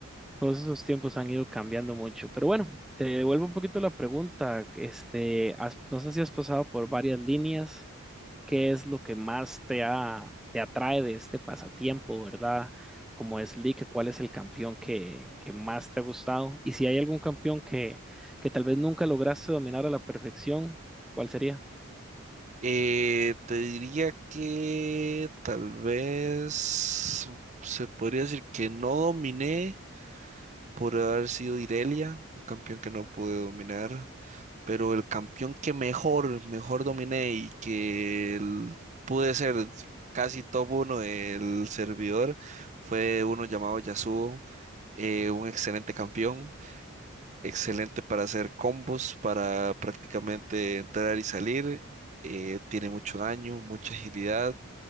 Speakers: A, in the centre; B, on the right.
A: Todos esos tiempos han ido cambiando mucho. Pero bueno, te devuelvo un poquito la pregunta. Este, has- no sé si has pasado por varias líneas. ¿Qué es lo que más te ha- te atrae de este pasatiempo, verdad? Como es League, ¿cuál es el campeón que, que más te ha gustado? Y si hay algún campeón que, que tal vez nunca lograste dominar a la perfección, ¿cuál sería?
B: Eh, te diría que tal vez se podría decir que no dominé por haber sido Irelia, un campeón que no pude dominar, pero el campeón que mejor, mejor dominé y que el- pude ser casi top uno del servidor fue uno llamado Yasuo, eh, un excelente campeón excelente para hacer combos, para prácticamente entrar y salir. eh, tiene mucho daño, mucha agilidad.